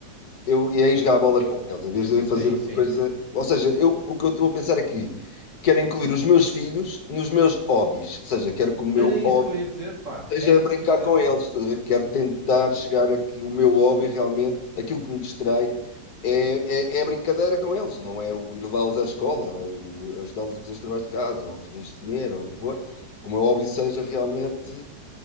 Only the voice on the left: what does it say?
eu ia jogar a bola
com eles, em vez de eu ir fazer
uma coisa.
Ou seja, eu, o que eu estou a pensar aqui, quero incluir os meus filhos nos meus hobbies. Ou seja, quero que o meu
hobby
seja
brincar
com
eles. Estás a ver? Quero tentar chegar a que o meu hobby realmente, aquilo que me distrai, é, é, é a brincadeira com eles, não é o ir levá-los à escola, ou ajudá-los a fazer os trabalhos de casa, ou fazer de comer, ou o que for. Que o meu hobby seja realmente